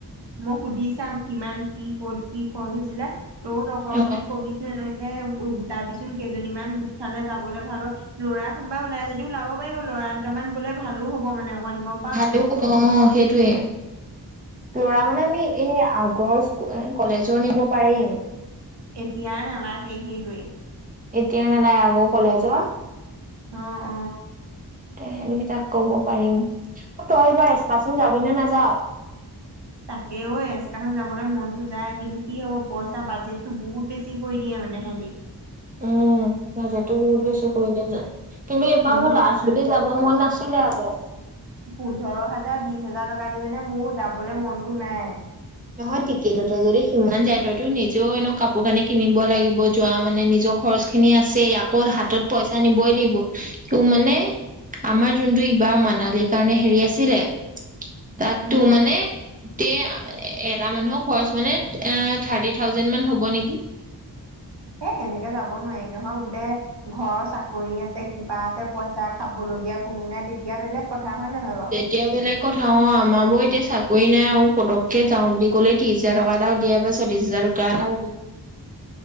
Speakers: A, on the right (about 85°); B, on the right (about 20°).
A: মই সুধি চাম কিমান কি ক'ত কি খৰচ হৈছিলে। তৌ লগৰ
B: অ
A: খিনি কবিচোন ন গোটাবিচোন কেইজনীমান গোট খালে যাবলৈ ভাল হয় ল'ৰা কোনোবা ওলাই যদি ওলাব পাৰিব ল'ৰা দুটামান গ'লে ভালো হ'ব মানে। অকমান গম পাৱ
B: ভাল
A: নাই?
B: অ সেইটোৱে লৰা মানে আমি এই আগৰ কলেজৰ নিব পাৰিম
A: এতিয়াই নালাগে সেইটোৱে।
B: এতিয়া ন নাই আকৌ কলেজৰ
A: অ অ
B: সেই কেইটাক কব পাৰিম অ তই এইবাৰ একাচন যাবি নে নাযাও
A: তাকেও এচকাখনন যাবলৈ মনতটো যায় কিন্তু কি হ'ব পইচা বাজেটটো বহুত বেছি কৰি দিয়ে মানে সিহতি
B: উম এহেজাৰটো বহুত বেছি কৰি দিয় য কিন্তু এইবাৰ
A: পোন্ধৰ
B: মোৰ লাজ বুলি যাব মন নাছিলে আৰু অ
A: পোন্ধৰ হাজাৰ বিশ হাজাৰ টকা দি মানে মোৰ যাবলৈ মনতটো নাই
B: নহয় থিকে তই যদি সিমান যায় তইতো নিজেও এনে কাপোৰ কানি কিনিব লাগিব যোৱা মানে নিজৰ খৰচ খিনি আছে আকৌ হাতত পইচা নিবই লাগিব ত মানে আমাৰ যোনটো ইবাৰ মানালিৰ কাৰণে হেৰি আছিলে তাত
A: উম
B: তো মানে তে এটা মানুহৰ খৰচ মানে এ থাৰ্টি থাউজেণ্ড মান হ'ব নেকি।
A: হেই সেনেকে যাব নোৱাৰি নহয় বোলে ঘৰৰ চাকৰি আছে কিবা আছে পইচা খাব লগীয়া কোনো নাই তেতিয়া বেলেগ কথা। হয় নহয় বাৰু
B: তেতিয়া বেলেগ কথা অ আমাৰ ব এতিয়া চাকৰি নাই আৰু পতককে যাওঁ বুলি কলে ত্ৰিশ হাজাৰ টকা এটাও দিয়াই বা চল্লিশ হাজাৰ টকা এটা